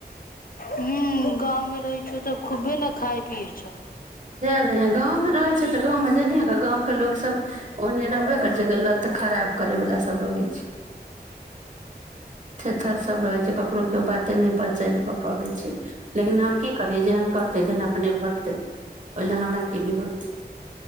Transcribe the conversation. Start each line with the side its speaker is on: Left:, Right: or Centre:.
Left: हूं गाँवमे रहै छियौ तब खूब्बे ने खाय पियै छियौ
Right: एल गाँव मे रहे छै तऽ गाँव मे जानइ कअ <inaudible> त गाँव के लोक सब ओहने रहबे करै छै जे लत खराब करैबला सभ रहै छै थेथर सभ रहय छै ककरो केओ बाते नहि पहचानि कऽ पबय छै लेकिन हम की करियै जेहन करतै तेहन अपने भरतै ओहि लए हमरा की बिगड़तै